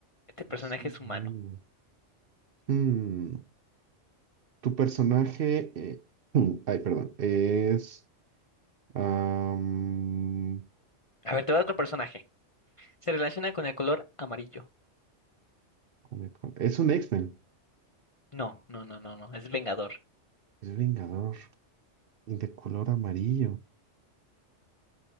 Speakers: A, on the left (about 40°); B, on the right (about 60°).
A: Este personaje
B: Sí,
A: es humano.
B: no. Mm, tu personaje, eh, <clears throat> ay, perdón, es, am,
A: A ver, te voy a otro personaje. Se relaciona con el color amarillo.
B: ¿cómo le co- es un X-Men,
A: No, no, no, no, no. Es Vengador.
B: es Vengador y de color amarillo.